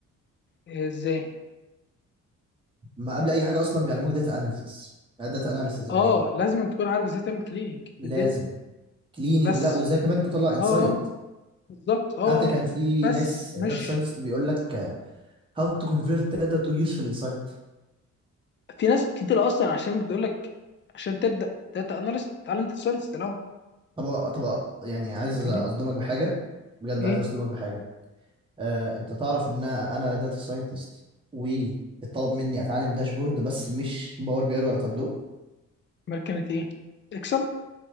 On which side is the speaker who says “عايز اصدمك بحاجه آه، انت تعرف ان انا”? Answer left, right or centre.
Right